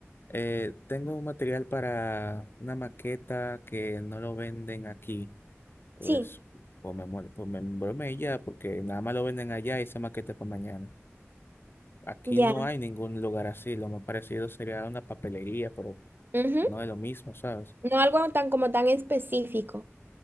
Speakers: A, on the left (about 50°); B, on the right (about 45°).
A: eh, tengo un material para una maqueta que no lo venden aquí, pues,
B: sí,
A: pues me muero, pues me embromé y ya, porque nada más lo venden allá y esa maqueta es para mañana. Aquí
B: ya.
A: no hay ningún lugar así, lo más parecido sería una papelería, pero
B: ujú,
A: no es lo mismo, ¿sabes?
B: No algo tan como tan específico.